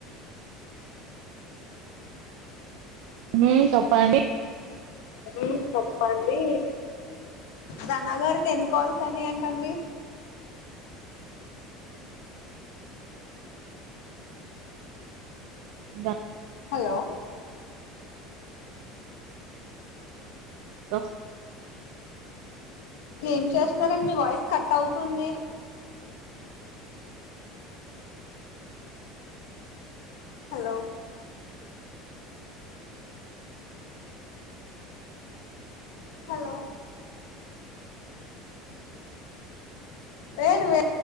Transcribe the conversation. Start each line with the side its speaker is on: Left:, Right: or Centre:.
Right: ఉమ్ చెప్పండి
Left: ఉమ్ చెప్పండి రనాగారికి ఎన్ని కాల్స్ అయినాయి అంట అండి
Right: జ
Left: హలో
Right: క
Left: ఏం చేస్తున్నారండి మీ వాయిస్ కట్ అవుతుంది హలో హలో ఏ నువ్వే